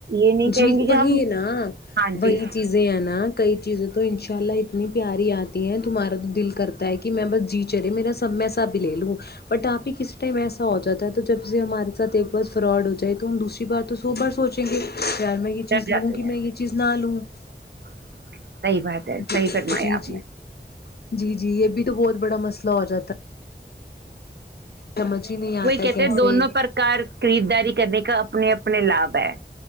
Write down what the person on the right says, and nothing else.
یہ نہیں
کہیں گے
کہ ہم
ہاں
جی
ڈر
جاتے
ہیں
<unintelligible> ہے
صحیح فرمایا
آپ
نے
وہی کہتے
ہیں دونوں پرکار خریدداری کرنے کا اپنے اپنے لاباب ہے